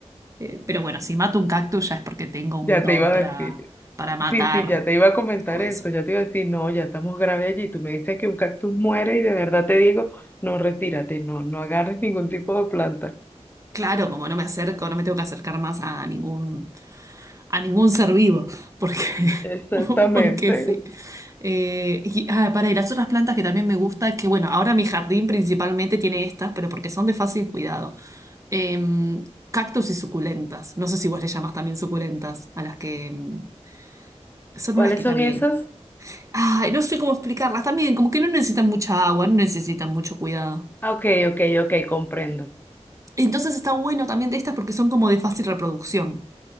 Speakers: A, on the right (about 30°); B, on the left (about 15°).
A: Eh, pero bueno, si mato un cactus ya es porque tengo un
B: Ya
A: don
B: te iba
A: para,
B: a decir.
A: para matar
B: Sí, sí, ya te iba a comentar
A: todo
B: eso.
A: eso.
B: Ya te iba a decir, no, ya estamos grave allí. Tú me dices que un cactus muere y de verdad te digo, no, retírate, no, no agarres ningún tipo de planta.
A: Claro, como no me acerco, no me tengo que acercar más a ningún, a ningún ser vivo, porque,
B: Exactamente.
A: <laughs> porque sí. Eh, y, ah, para, y las otras plantas que también me gusta, que bueno, ahora mi jardín principalmente tiene estas, pero porque son de fácil cuidado. Em, cactus y suculentas. No sé si vos le llamás también suculentas, a las que em, son
B: ¿Cuáles
A: unas que
B: son
A: también
B: esas?
A: Ay, no sé cómo explicarlas también, como que no necesitan mucha agua, no necesitan mucho cuidado.
B: Ah, Ok, ok, ok, comprendo.
A: Entonces está bueno también de estas porque son como de fácil reproducción.